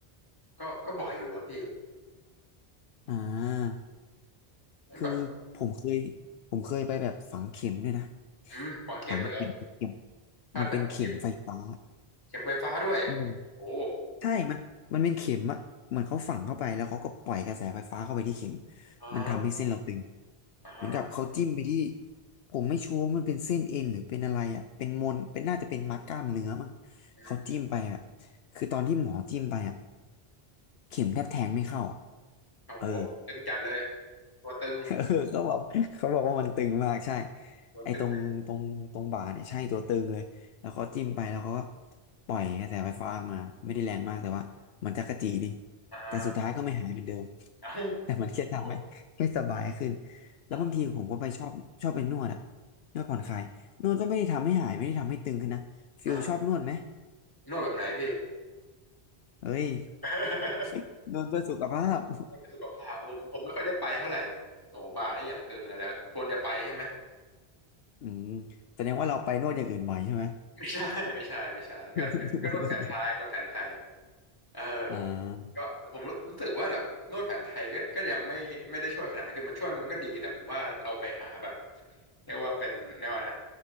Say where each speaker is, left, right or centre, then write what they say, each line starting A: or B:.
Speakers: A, on the left (about 20°); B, on the left (about 75°).
A: ก็ก็บ่อยอยู่อะพี่
B: อ่าคือผมเคย
A: แบบ
B: ผมเคยไปแบบฝังเข็มด้วยนะ
A: อืมฝังเข็มเลยเหรอ
B: ฝังเข็มเข็ม
A: พาดแผนชีพ
B: มันเป็นเข็มไฟฟ้า
A: เข็มไฟฟ้าด้วย
B: อืม
A: โอ้
B: ใช่มันมันเป็นเข็มอะเหมือนเขาฝังเข้าไปแล้วเขาก็ปล่อยกระแสไฟฟ้าเข้าไปที่เข็ม
A: อ่า
B: มันทำให้เส้นเราตึง
A: อ่า
B: เหมือนกับเขาจิ้มไปที่ผมไม่ชัวร์ว่ามันเป็นเส้นเอ็นหรือเป็นอะไรอะเป็นมนเป็นน่าจะเป็นมัดกล้ามเนื้อมั้ง
A: อืม
B: เขาจิ้มไปอะคือตอนที่หมอจิ้มไปอะเข็มแทบแทงไม่เข้าอะ
A: โอ้โหตึงจัดเลย
B: เออ
A: ตัวตึง
B: <laughs> เออเขาบอกเขาบอกว่ามันตึงมากใช่
A: ตัวตึง
B: ไอ้ตรงตรงตรงบ่าเนี่ยใช่ตัวตึงเลยแล้วเขาจิ้มไปแล้วเขาก็ปล่อยกระแสไฟฟ้าออกมาไม่ได้แรงมากแต่ว่ามันจักระจีดี
A: อ่า
B: แต่สุดท้ายก็ไม่หายเหมือนเดิม
A: เอ้า
B: แต่มันแค่ทำให้ให้สบายขึ้น
A: โอ้
B: แล้วบางทีผมก็ไปชอบชอบไปนวดอะ
A: อ่า
B: นวดผ่อนคลายนวดก็ไม่ได้ทำให้หายไม่ได้ทำให้ตึงขึ้นนะฟิลชอบนวดไหม
A: อ่านวดแบบไหนพี่
B: เฮ้ย
A: <laughs>
B: <laughs> นวดเพื่อสุขภาพ <laughs>
A: นวดไม่สุขภาพผมผมไม่ค่อยได้ไปเท่าไหร่ โอ้บ่าได้อย่างตึงเลยแต่ควรจะไปใช่ไหม
B: อืมแสดงว่าเราไปนวดอย่างอื่นบ่อยใช่ไหม
A: ไม่ใช่ ไม่ใช่ไม่ใช่ก็ก็นวดแผนไทยนวดแผนไทย
B: <laughs>
A: เออ
B: อ่า
A: ก็ผมรู้สึกว่าแบบนวดแผนไทยก็ก็ยังไม่ไม่ได้ช่วยขนาดนั้นคือมันช่วยมันก็ดีแต่ผมว่าเราไปหาแบบเรียกว่าเป็นเรียกว่านะ